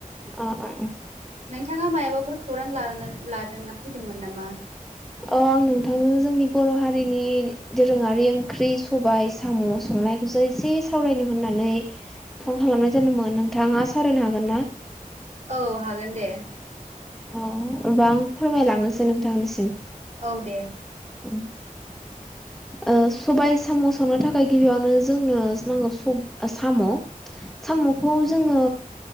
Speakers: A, in the centre; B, on the right.
A: अ अ अ
B: नोंथाङा मायाबाफोर खौरां लानानै लादों ना फैदोंमोन नामा?
A: अ आं नोंथांजों जोंनि बर' हारिनि दोरोङारि ओंख्रि सबाय साम' संनायखौसो एसे सावरायनो होननानै फन खालामनाय जादोंमोन। नोंथाङा सावरायनो हागोन ना?
B: औ हागोन दे।
A: औ होमबा आं फोरमायलांनोसै नोंथांनिसिम
B: औ दे
A: <inaudible> ओ सबाय साम' संनो थाखाय गिबियावनो जोंनो नांगौ स' ओ साम' साम'खौ जोङो